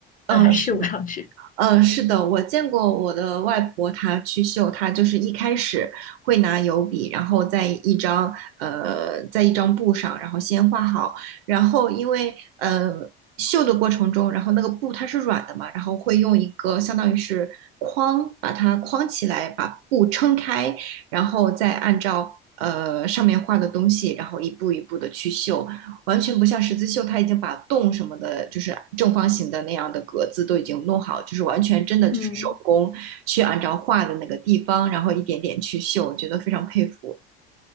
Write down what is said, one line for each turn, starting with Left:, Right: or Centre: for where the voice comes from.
Right: 嗯，
Left: 把它绣上去。
Right: 是。嗯，是的，我见过我的外婆，她去绣，她就是一开始会拿油笔，然后在一张呃，在一张布上，然后先画好，然后因为呃绣的过程中，然后那个布它是软的嘛，然后会用一个相当于是框把它框起来，把布撑开，然后再按照呃上面画的东西，然后一步一步的去绣，完全不像十字绣，它已经把洞什么的，就是正方形的那样的格子都已经弄好，就是完全真的就是手工去按照画的那个地方，
Left: 嗯。
Right: 然后一点点去绣，我觉得非常佩服。